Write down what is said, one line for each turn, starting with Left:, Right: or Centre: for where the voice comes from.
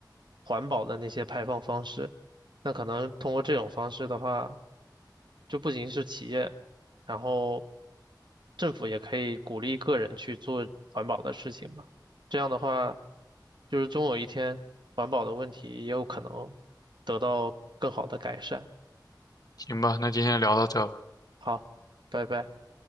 Right: 环保的那些排放方式，那可能通过这种方式的话，就不仅是企业，然后政府也可以鼓励个人去做环保的事情吧。这样的话，就是终有一天，环保的问题也有可能得到更好的改善。
Left: 行吧，那今天聊到这儿
Right: 好，拜拜。